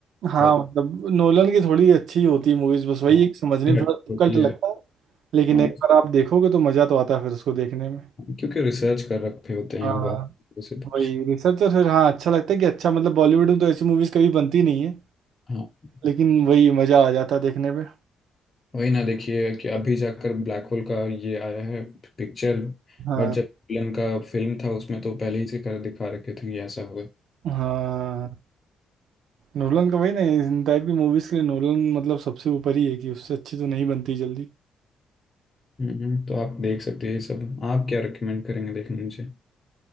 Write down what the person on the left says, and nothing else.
बहुत
हाँ,
हट
होती
है
हाँ,
क्योंकि रिसर्च कर रखे होते हैं
बहुत से कुछ
हाँ।
वही ना देखिए कि अभी जाकर ब्लैक होल का ये आया है पिक्चर
बट जब विलन का फिल्म था उसमें तो पहले ही से कर दिखा रखे थे ये ऐसा होगा
हम्म, तो आप देख सकते हैं ये सब आप क्या रिकमेंड करेंगे देखने मुझे